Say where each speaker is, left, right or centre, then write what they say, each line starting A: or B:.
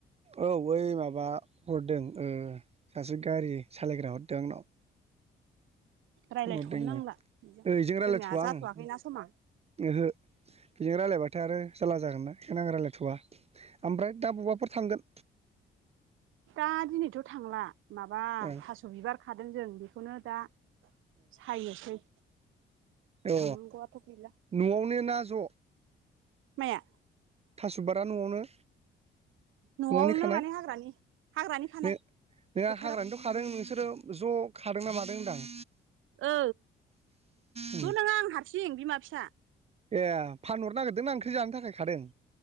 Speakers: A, on the right (about 30°); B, on the right (about 80°).
A: औ बै माबा हरदों ओ सासे गारि सालायग्रा हरदों आंनाव।
B: रायज्लायथ'नो
A: फन हरदोंनो
B: नांला
A: ओं
B: बेजों
A: ओ इजों रायज्लायथ'वा
B: जोंनिया जाथ'वाखैना
A: आङो।
B: समा
A: ओहो बेजों रायलायबाथाय आरो जारला जागोनना बेखायनो आं रायज्लायथ'वा ओमफ्राय दा अबावबाफोर थांगोन?
B: दा दिनैथ' थांला माबा
A: ओ
B: थास' बिबार खादों जों बेखौनो दा सायनोसै।
A: अ
B: थांनांगौआथ' गैला
A: न'आवनो ना ज'
B: माया?
A: थास' बिबारा न'आवनो?
B: न'आवनो
A: न'आवनि खानाय
B: माने हाग्रानि हाग्रानि खानाय।
A: नो नोंहा
B: फोथाराव
A: हाग्रानिथ' खादों नोंसोरो ज' खादोंना मादों होनदां?
B: औ
A: उम
B: ज' नङा आं हारसिं बिमा फिसा।
A: ए फानहरनो नागिरदोंना ओंख्रि जानो थाखाय खादों?